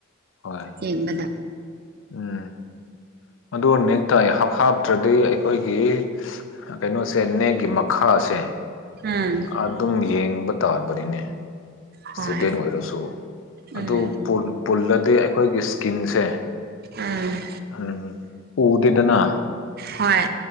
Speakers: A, on the left; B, on the right.
A: ꯍꯣꯏ
B: ꯌꯦꯡꯕꯗ
A: ꯎꯝ ꯑꯗꯨ ꯅꯦꯛꯇꯥꯏ ꯍꯥꯞ ꯍꯥꯞ ꯅꯠꯇ꯭ꯔꯗꯤ ꯑꯩꯈꯣꯏꯒꯤ ꯀꯩꯅꯣꯁꯦ ꯅꯦꯛꯒꯤ ꯃꯈꯥꯁꯦ
B: ꯎꯝ
A: ꯑꯗꯨꯝ ꯌꯦꯡꯕ ꯇꯥꯕꯅꯤꯅꯦ
B: ꯍꯣꯏ
A: ꯏꯁꯇꯨꯗꯦꯟ ꯑꯣꯏꯔꯁꯨ ꯑꯗꯨ
B: ꯎꯝ
A: ꯄꯨꯜꯂꯗꯤ ꯑꯩꯈꯣꯏꯒꯤ ꯏꯁꯀꯤꯟꯁꯦ
B: ꯎꯝ
A: ꯎꯝ ꯎꯗꯦꯗꯅ
B: ꯍꯣꯏ